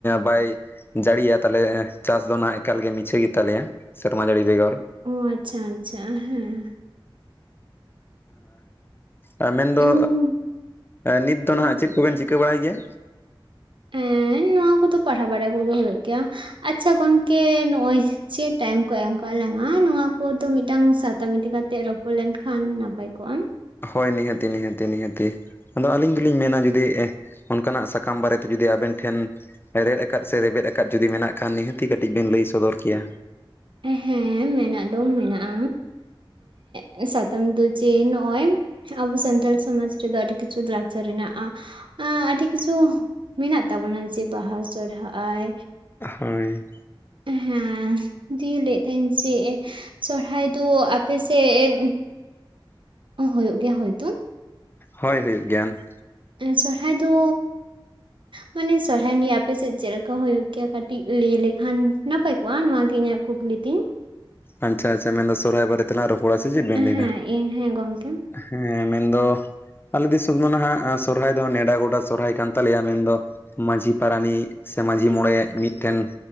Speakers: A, on the left; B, on the right.
A: ᱵᱟᱭ ᱡᱟᱲᱤᱭᱟ ᱛᱟᱦᱚᱞᱮ ᱪᱟᱥ ᱫᱚ ᱱᱷᱟᱜ ᱮᱠᱟᱞᱜᱮ ᱢᱤᱪᱷᱟᱹ ᱜᱮᱛᱟᱞᱮᱭᱟ ᱥᱮᱨᱢᱟ ᱡᱟᱲᱤ ᱵᱮᱜᱚᱨ
B: ᱳ ᱟᱪᱪᱷᱟ ᱟᱪᱪᱷᱟ ᱦᱮᱸ᱾
A: ᱟᱸ ᱢᱮᱱᱫᱚ
B: ᱩᱸ
A: ᱱᱤᱛ ᱫᱚ ᱱᱟᱦᱟᱜ
B: ᱩᱸ
A: ᱪᱮᱫ ᱠᱚᱵᱮᱱ ᱪᱤᱠᱟᱹ ᱵᱟᱲᱟᱭ ᱜᱮᱭᱟ?
B: ᱮᱸᱸ ᱱᱚᱣᱟ ᱠᱚᱫᱚ ᱯᱟᱲᱦᱟᱣ ᱵᱟᱲᱟ ᱠᱚᱜᱮ ᱦᱩᱭᱩᱜ ᱜᱮᱭᱟ ᱟᱪᱪᱷᱟ ᱜᱚᱢᱠᱮ ᱱᱚᱜᱼᱚᱭ ᱥᱮ ᱴᱟᱭᱤᱢ ᱠᱚ ᱮᱢ ᱠᱟᱜ ᱞᱟᱝᱼᱟ᱾ ᱱᱚᱣᱟ ᱠᱚᱫᱚ ᱢᱤᱫᱴᱟᱝ ᱥᱟᱛᱟᱢ ᱤᱫᱤ ᱠᱟᱛᱮᱫ ᱨᱚᱯᱚᱲ ᱞᱮᱱᱠᱷᱟᱱ ᱱᱟᱯᱟᱭ ᱠᱚᱜᱼᱟ᱾
A: ᱦᱳᱭ ᱱᱤᱦᱟᱹᱛᱤ ᱱᱤᱦᱟᱹᱛᱤ ᱱᱤᱦᱟᱹᱛᱤ᱾ ᱟᱫᱚ ᱟᱞᱤᱧ ᱫᱚᱞᱤᱧ ᱢᱮᱱᱟ ᱡᱩᱫᱤ ᱚᱱᱠᱟᱱᱟᱜ ᱥᱟᱠᱟᱢ ᱵᱟᱨᱮ ᱛᱮ ᱡᱩᱫᱤ ᱟᱵᱮᱱ ᱴᱷᱮᱱ ᱦᱮᱲᱷᱮᱛᱫ ᱟᱠᱟᱫ ᱥᱮ ᱨᱮᱵᱮᱫ ᱟᱠᱟᱫ ᱡᱩᱫᱤ ᱢᱮᱱᱟᱜ ᱠᱷᱟᱱ ᱱᱤᱦᱟᱹᱛᱤ ᱠᱟᱹᱴᱤᱡ ᱵᱮᱱ ᱞᱟᱹᱭ ᱥᱚᱫᱚᱨ ᱠᱮᱭᱟ
B: ᱦᱮᱸ ᱢᱮᱱᱟᱜ ᱫᱚ ᱢᱮᱱᱟᱜᱼᱟ ᱮᱸ ᱥᱟᱛᱟᱢ ᱫᱚ ᱡᱮ ᱱᱚᱜᱼᱚᱭ ᱾ᱟᱵᱚ ᱥᱟᱱᱛᱟᱞ ᱥᱚᱢᱟᱡᱽ ᱨᱮᱫᱚ ᱟᱰᱤ ᱠᱤᱪᱷᱩ ᱞᱟᱠᱪᱟᱨ ᱦᱮᱱᱟᱜᱼᱟ᱾ ᱮ ᱟᱰᱤ ᱠᱤᱪᱷᱩ ᱢᱮᱱᱟᱜ ᱛᱟᱵᱚᱱᱟ ᱡᱮ ᱵᱟᱦᱟ ᱥᱚᱨᱦᱟᱭ
A: ᱦᱳᱭ
B: ᱦᱮᱸ ᱫᱤᱭᱮ ᱞᱮᱫᱮᱫ ᱛᱟᱦᱮᱸᱱ ᱡᱮ ᱥᱚᱨᱦᱟᱭ ᱫᱚ ᱟᱯᱮ ᱥᱮᱫ ᱚ ᱦᱩᱭᱩᱜᱳ ᱜᱮᱭᱟ ᱦᱳᱭᱛᱳ
A: ᱦᱚᱭ ᱦᱩᱭᱩᱜ ᱜᱮᱭᱟᱱ
B: ᱮᱸᱸ ᱥᱚᱨᱦᱟᱭ ᱫᱚ ᱢᱟᱱᱮ ᱥᱚᱨᱦᱟᱭ ᱱᱤᱭᱮ ᱟᱯᱮᱥᱮᱫ ᱪᱮᱫᱞᱮᱠᱟ ᱦᱳᱭᱳᱜ ᱠᱮᱭᱟ ᱠᱟᱹᱴᱤᱡ ᱞᱟᱹᱭ ᱞᱮᱠᱷᱟᱱ ᱱᱟᱯᱟᱭ ᱠᱚᱜᱼᱟ᱾ ᱱᱚᱣᱟᱜᱤ ᱤᱧᱟᱹᱜ ᱠᱩᱠᱞᱤ ᱛᱤᱧ᱾
A: ᱟᱪᱪᱷᱟ ᱟᱪᱪᱷᱟ ᱢᱮᱱᱫᱟ ᱥᱚᱨᱚᱦᱟᱭ ᱵᱟᱨᱮ ᱛᱮᱱᱟᱜ ᱨᱚᱯᱚᱲᱟ ᱥᱮ ᱪᱮᱫ ᱵᱮᱱ ᱞᱟᱹᱭᱫᱟ?
B: ᱦᱮᱸ ᱤᱧ ᱦᱮᱸ ᱜᱚᱢᱠᱮ
A: ᱦᱮᱸ ᱢᱮᱱᱫᱚ᱾ ᱟᱞᱮ ᱫᱤᱥᱚᱢ ᱫᱚ ᱱᱟᱦᱟᱜᱜ ᱥᱚᱨᱦᱟᱭ ᱫᱚ ᱱᱮᱰᱟ ᱜᱚᱰᱟ ᱥᱚᱨᱦᱟᱭ ᱠᱟᱱ ᱛᱟᱞᱮᱭᱟ ᱢᱮᱱᱫᱚ ᱢᱟᱺᱡᱷᱤ ᱯᱟᱨᱟᱱᱤᱠ ᱥᱮ ᱢᱟᱺᱡᱷᱤ ᱢᱚᱬᱮ ᱢᱤᱴᱮᱱ